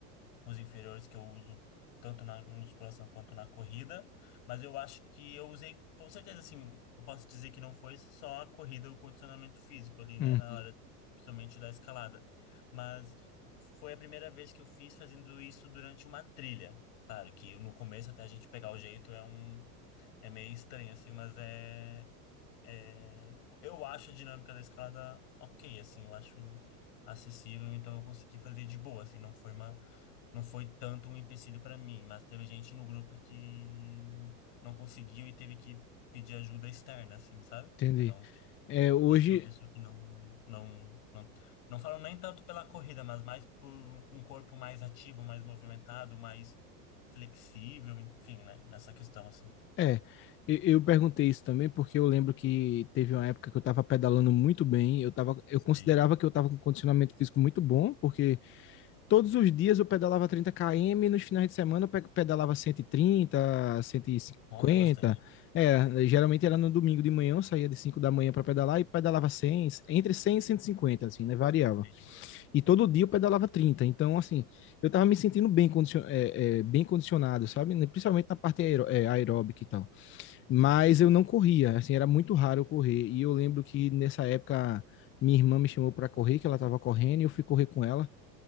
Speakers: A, on the left; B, on the left.
A: os inferiores que eu uso, tanto na musculação quanto na corrida, mas eu acho que eu usei, com certeza, assim, eu posso dizer que não foi só a corrida, o condicionamento físico ali, né,
B: Hum,
A: na hora, principalmente da escalada, mas foi a primeira vez que eu fiz fazendo isso durante uma trilha. Claro que no começo, até a gente pegar o jeito, é um é meio estranho, assim, mas é, é- Eu acho a dinâmica da escalada ok, assim, eu acho acessível, então eu consegui fazer de boa, assim, não foi uma... Não foi tanto um empecilho para mim, mas teve gente no grupo que não conseguiu e teve que pedir ajuda externa, assim, sabe?
B: entendi.
A: Então,
B: É, hoje,
A: eu acho que é uma pessoa que não, não, não, não falo nem tanto pela corrida, mas mais por um corpo mais ativo, mais movimentado, mais flexível, enfim, né? Nessa questão, assim.
B: é, e- eu perguntei isso também porque eu lembro que teve uma época que eu estava pedalando muito bem, eu tava, eu
A: Sim.
B: considerava que eu estava com condicionamento físico muito bom, porque todos os dias eu pedalava 30 km, nos finais de semana eu pe- pedalava 130, 150.
A: Nossa, bastante.
B: É, geralmente era no domingo de manhã, eu saía de 5 da manhã para pedalar e pedalava 100, entre 100 e 150, assim, né? Variava.
A: Sim,
B: E todo dia eu pedalava 30. Então, assim, eu tava me sentindo bem, condicion é, é, bem condicionado, sabe? né, Principalmente na parte aeró é, aeróbica e tal.
A: sim.
B: Mas eu não corria, assim, era muito raro eu correr. E eu lembro que nessa época minha irmã me chamou para correr, que ela tava correndo, e eu fui correr com ela.